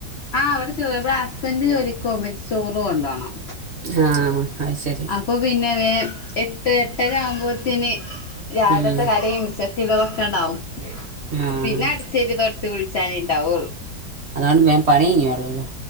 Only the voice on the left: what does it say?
ആഹ് ഇവിടെ ചോറ് ഹസ്ബൻഡറ് ജോലിക്ക് പോകുമ്പേ ചോറ് കൊണ്ടോണം
അപ്പൊ പിന്നെ വേ എട്ട് എട്ടര ആകുമ്പോത്തിന് രാവിലത്തെ
കടിയും ഉച്ചക്കില്ലാതൊക്കെ കണ്ടാവും
പിന്നെ അടിച്ചരി തുടച്ച് കുളിച്ചാനേ ണ്ടാവുള്ളൂ